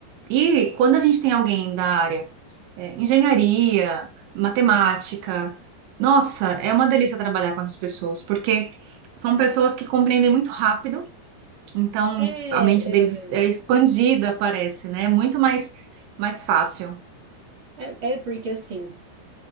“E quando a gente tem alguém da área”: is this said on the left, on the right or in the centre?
Right